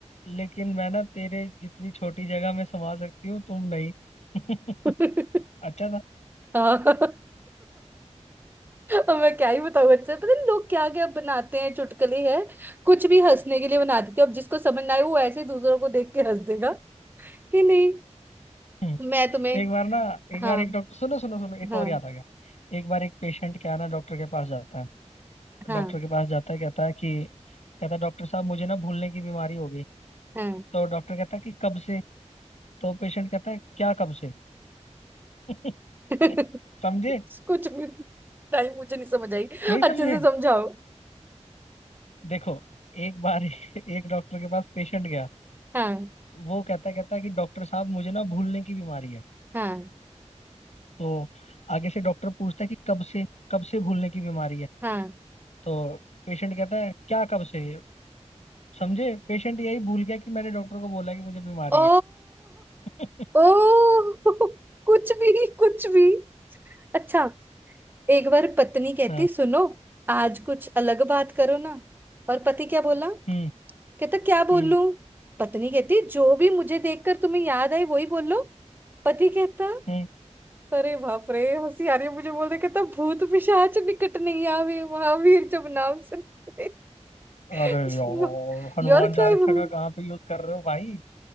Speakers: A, on the left; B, on the right.
A: लेकिन मैं ना तेरे जितनी छोटी जगह में समा सकती हूँ तुम नहीं <laughs>
B: <laughs>
A: अच्छा
B: हाँ अब मैं क्या ही बताऊँ अच्छा पता नहीं लोग क्या क्या बनाते हैं चुटकुले हैं कुछ भी हंसने के लिए बना देते हैं अब जिसको समझ ना आए वो ऐसे ही दूसरों को देख के हंस देगा कि नहीं
A: था
B: मैं तुम्हें
A: एक बार ना एक
B: हाँ
A: बार एक डॉक्टर सुनो सुनो सुनो एक
B: हाँ
A: और याद आ गया एक बार एक पेशेंट क्या है ना डॉक्टर के पास जाता है
B: हाँ
A: डॉक्टर के पास जाता है कहता है कि कहता है डॉक्टर साहब मुझे ना भूलने की बीमारी हो गई
B: हाँ
A: तो डॉक्टर कहता है कि कब से तो पेशेंट कहता है क्या कब से <laughs>
B: <laughs>
A: समझे
B: कुछ भी टाइम मुझे नहीं समझ आई
A: नहीं
B: अच्छे
A: समझे
B: से समझाओ
A: देखो एक बार <laughs> एक डॉक्टर के पास पेशेंट गया
B: हाँ
A: वो कहता कहता है कि डॉक्टर साहब मुझे ना भूलने की बीमारी है
B: हाँ
A: तो आगे से डॉक्टर पूछता है कि कब से कब से भूलने की बीमारी है
B: हाँ
A: तो पेशेंट कहता है क्या कब से समझे पेशेंट यही भूल गया कि मैंने डॉक्टर को बोला कि मुझे बीमारी
B: ओ
A: है <laughs>
B: ओ <laughs> कुछ भी कुछ भी अच्छा एक बार पत्नी कहती
A: हाँ
B: सुनो आज कुछ अलग बात करो ना और पति क्या बोला
A: हम्म
B: कहता क्या
A: हम्म
B: बोलूं पत्नी कहती जो भी मुझे देखकर तुम्हें याद आई वही बोलो पति कहता
A: हम्म।
B: अरे बाप रे हंसी आ रही है मुझे बोल रहे कहता भूत पिशाच निकट नहीं आवे महावीर जब नाम सुनते <laughs>
A: अरे यार हनुमान
B: यार
A: चालीसा
B: क्या ही बोलूं?
A: का कहाँ पे यूज कर रहे हो भाई